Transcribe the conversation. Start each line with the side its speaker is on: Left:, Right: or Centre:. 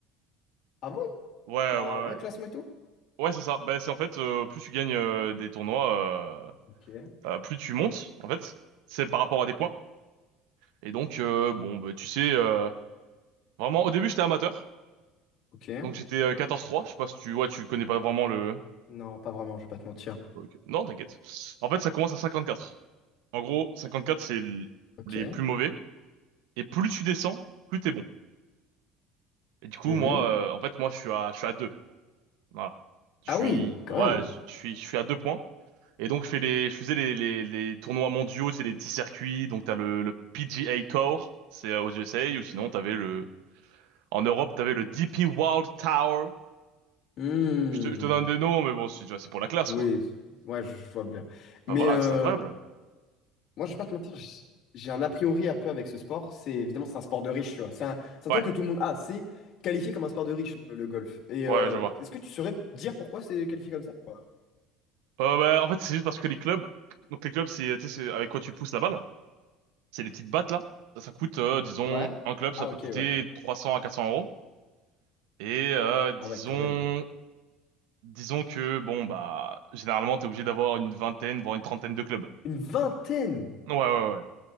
Left: Ah bon?
Right: Ouais,
Left: Il y a
Right: ouais,
Left: un vrai
Right: ouais.
Left: classement et tout?
Right: Ouais, c'est ça. Bah, c'est en fait, euh, plus tu gagnes euh, des tournois, euh,
Left: Ok.
Right: euh, plus tu montes, en fait. C'est par rapport à des points. Et donc, euh, bon, bah, tu sais, euh, vraiment, au début, j'étais amateur.
Left: Ok.
Right: Donc, j'étais euh, 14-3. Je sais pas si tu, ouais, tu connais pas vraiment le...
Left: Non, pas vraiment, je vais pas te mentir.
Right: Ok. Non, t'inquiète. En fait, ça commence à 54. En gros, 54, c'est l-
Left: Ok.
Right: les plus mauvais. Et plus tu descends, plus t'es bon. Et du coup,
Left: Mhm.
Right: moi, euh, en fait, moi, je suis à, je suis à 2. Voilà. Je
Left: Ah
Right: suis,
Left: oui, quand
Right: ouais,
Left: même.
Right: je suis, je suis à 2 points. Et donc, je fais les, je faisais les, les, les tournois mondiaux, c'est des petits circuits. Donc, t'as le, le PGA Tour, c'est euh, aux USA, ou sinon, t'avais le, en Europe, t'avais le DP World Tour.
Left: Hmm.
Right: Je te, je te donne des noms, mais bon, c'est, tu vois, c'est pour la classe,
Left: Oui,
Right: quoi.
Left: je- ouais, je je vois bien. Mais
Right: Enfin, voilà,
Left: euh,
Right: c'est incroyable.
Left: moi, je vais pas te mentir, j- j'ai un a priori un peu avec ce sport. C'est évidemment, c'est un sport de riche, tu vois. C'est un, c'est un
Right: Ouais,
Left: truc que tout le monde a. C'est qualifié comme un sport de riche, le, le golf. Et
Right: ouais,
Left: euh,
Right: je vois.
Left: est-ce que tu saurais dire pourquoi c'est qualifié comme ça? quoi
Right: Euh, bah, en fait, c'est juste parce que les clubs, donc les clubs, c'est, tu sais, c'est avec quoi tu pousses la balle. C'est les petites battes, là. Ça, ça coûte, euh, disons,
Left: Ouais?
Right: un club, ça
Left: Ah
Right: peut
Left: ok,
Right: coûter
Left: ouais.
Right: 300 à 400 euros. Et, euh, disons,
Left: Ah ouais, quand même.
Right: disons que, bon, bah, généralement, t'es obligé d'avoir une vingtaine, voire une trentaine de clubs.
Left: Une vingtaine!
Right: Ouais, ouais, ouais.